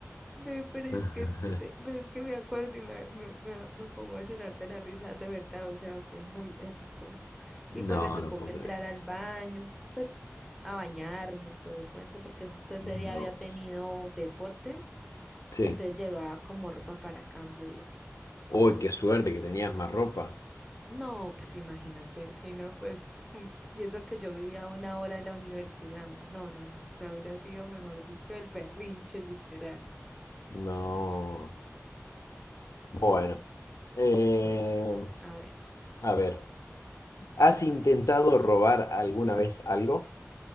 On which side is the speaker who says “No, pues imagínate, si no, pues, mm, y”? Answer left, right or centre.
Centre